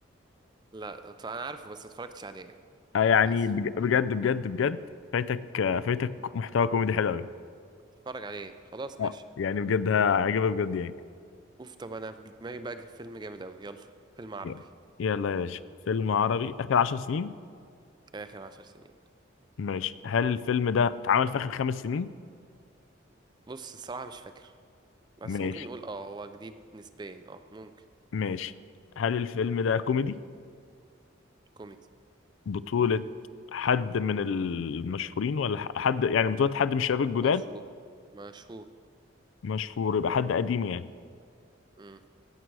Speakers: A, on the right; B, on the left.
A: لا اتف- أنا عارفه بس ما اتفرجتش عليه
B: آه يعني
A: للأسف
B: بج- بجد بجد بجد فايتك آه فايتك محتوى كوميدي حلو قوي
A: اتفرج عليه خلاص
B: اه
A: ماشي
B: يعني بجد هيعجبك بجد يعني
A: اوف طب أنا في دماغي بقى فيلم جامد أوي يلا فيلم عربي
B: يلا يلا يا باشا فيلم عربي آخر عشر سنين
A: آخر عشر سنين
B: ماشي هل الفيلم ده اتعمل في آخر خمس سنين
A: بص الصراحة مش فاكر بس
B: ماشي
A: ممكن نقول اه هو جديد نسبيا اه ممكن
B: ماشي هل الفيلم ده كوميدي
A: كوميدي
B: بطولة حد من المشهورين ولا ح- حد يعني بطولة حد من الشباب الجداد
A: مشهور مشهور
B: مشهور يبقى حد قديم يعني
A: امم